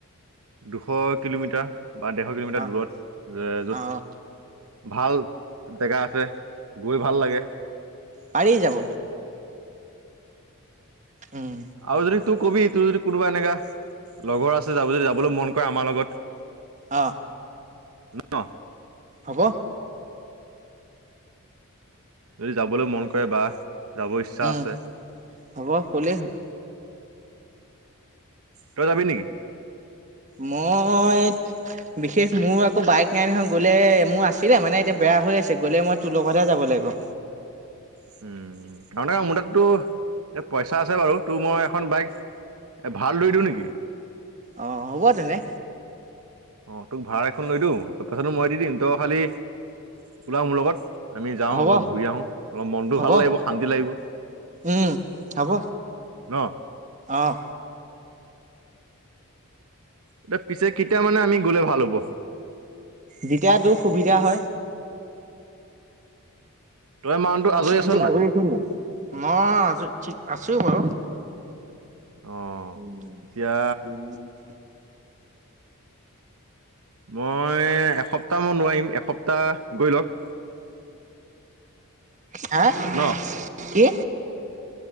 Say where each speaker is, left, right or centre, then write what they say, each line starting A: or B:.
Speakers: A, on the right; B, on the right.
A: দুশ কিলোমিটাৰ। বা ডেৰশ কিলোমিটাৰ
B: অ
A: দূৰত য'ত
B: অ
A: ভাল জেগা আছে। গৈ ভাল লাগে।
B: পাৰি যাব উম
A: আৰু যদি তোৰ কবি তোৰ যদি কোনোবা এনেকা লগৰ আছে যাব যদি যাব। লৈ মন কৰে আমাৰ লগত।
B: অ
A: ন
B: হ'ব
A: যদি যাবলৈ মন কৰে বা যাব ইচ্ছা
B: উম,
A: আছে
B: হ'ব, কলেই হল
A: তই যাবি নেকি
B: মই
A: <inaudible>
B: বিশেষ মোৰ আকৌ বাইক নাই নহয় গ'লে মোৰ আছিলে মানে এতিয়া বেয়া হৈ আছে গলে মই তোৰ লগতহে যাব লাগিব।
A: <inaudible> উম তাৰমান মোৰ তাতো পইচা আছে বাৰু তোৰ মই এখন বাইক এ ভাল দৈতো নেকি?
B: অ হ'ব তেনে
A: অ তোক ভাড়া এখন লৈ দিওঁ পইচাটো মই দি দিম তই খালি ওলা মোৰ লগত আমি যাওঁ
B: হ'ব
A: অলপ ঘূৰি আহো অলপ মনটো
B: হ'ব
A: ভাল লাগিব শান্তি লাগিব।
B: উম হব,
A: ন
B: অঁ।
A: এয়া পিছে কিটা মানে আমি গ'লে ভাল হ'ব-
B: যেতিয়া তোৰ সুবিধা হয়।
A: তই মানুহটো আছ
B: আজৰি
A: নাই
B: মই আজৰি ঠিক আছো বাৰু
A: অ'
B: <unintelligible>
A: এতিয়া মই এসপ্তাহ মান নোৱাৰিম এসপ্তাহ গৈ লওঁক
B: হা
A: ন
B: কি